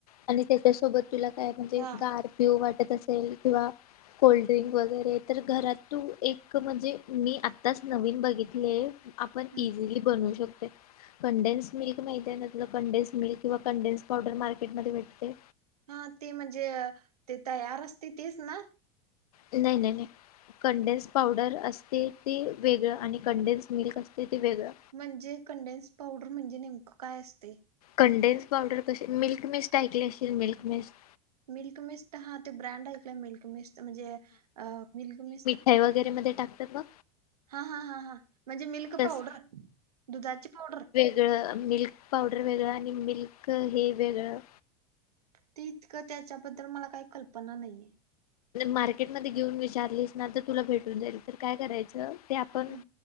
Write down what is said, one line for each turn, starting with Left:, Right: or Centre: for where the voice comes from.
Left: आणि त्याच्यासोबत तुला काय म्हणजे
Right: हा
Left: गार पिऊ वाटत असेल किंवा. कोल्ड्रिंक वगैरे तर घरात तू एक म्हणजे मी आत्ताच नवीन बघितले. आपण
Right: हम्म.
Left: इझिली बनवू शकतोय. कंडेन्स मिल्क माहिती आहे ना तुला कंडेन्स मिल्क किंवा कंडेनस पावडर मार्केटमध्ये भेटतय.
Right: हा, ते म्हणजे ते तयार असतय तीच ना.
Left: नाही नाही नाही. कंडेन्स पावडर असते ते वेगळं आणि कंडेन्स मिल्क असते ते वेगळं.
Right: म्हणजे कंडेन्स पावडर म्हणजे नेमकं काय असतय?
Left: कंडेन्स पावडर कसे मिल्क मिस्ट ऐकली असशील मिल्क मिस्ट.
Right: मिल्क मिस्ट हा ते ब्रँड हाय काय मिल्क मिस्ट म्हणजे मिल्क मिस्ट.
Left: य वगैरेमध्ये टाकतात बग.
Right: हा हा हां हां, म्हणजे मिल्क
Left: तस
Right: पावडर दुधाची पावडर.
Left: वेगळं मिल्क पावडर वेगळं आणि मिल्क हे वेगळं.
Right: ते इतकं त्याच्याबद्दल मला काही कल्पना नाहीये.
Left: मार्केटमध्ये घेऊन विचारलीस ना तर तुला भेटून जाईल तर काय करायचं ते आपण.
Right: हं.